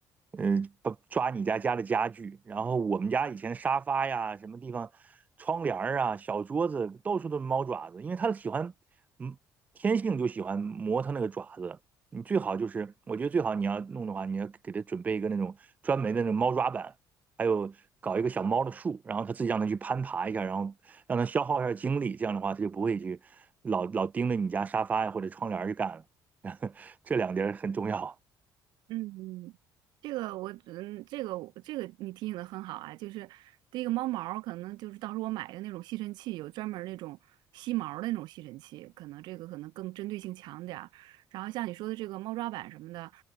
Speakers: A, on the right; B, on the right.
A: 嗯，把抓你家家的家具。然后我们家以前沙发呀、什么地方、窗帘儿啊、小桌子到处都是猫爪子，因为它喜欢，嗯，天性就喜欢磨它那个爪子。你最好就是，我觉得最好你要弄的话，你要给它准备一个那种专门的那种猫抓板，还有搞一个小猫的树，然后它自己让它去攀爬一下，然后让他消耗一下精力，这样的话他就不会去老老盯着你家沙发呀或者窗帘儿去干了。<laughs> 这两点儿很重要。
B: 嗯，嗯，这个我嗯，这个我这个你提醒的很好啊，就是第一个猫毛儿可能就是到时候我买的那种吸尘器，有专门儿那种吸毛儿的那种吸尘器，可能这个可能更针对性强点儿。然后像你说的这个猫抓板什么的，